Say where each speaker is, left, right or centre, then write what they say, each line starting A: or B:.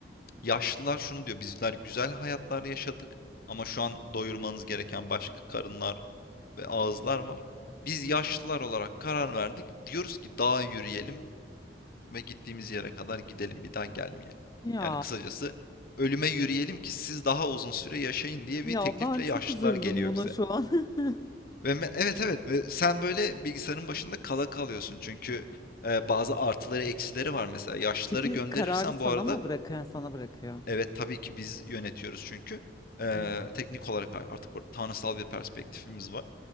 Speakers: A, on the left; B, on the left.
A: yaşlılar şunu diyor. Bizler güzel hayatlar yaşadık ama şu an doyurmanız gereken başka karınlar ve ağızlar var. Biz yaşlılar olarak karar verdik. Diyoruz ki dağa yürüyelim ve gittiğimiz yere kadar gidelim, bir daha gelmeyelim.
B: Ya
A: Yani kısacası ölüme yürüyelim ki siz daha uzun süre yaşayın diye
B: ya
A: bir teklifle
B: ben çok
A: yaşlılar
B: üzüldüm
A: geliyor
B: buna
A: bize.
B: şu an. <laughs>
A: Ve evet evet ve sen böyle bilgisayarın başında kala kalıyorsun çünkü e, bazı artıları eksileri var mesela. Yaşlıları
B: Peki
A: gönderirsen
B: kararı sana
A: bu arada
B: mı bırakıyor? Yani sana bırakıyor.
A: evet tabii ki biz yönetiyoruz çünkü e,
B: Hı hı.
A: teknik olarak artık orada tanrısal bir perspektifimiz var.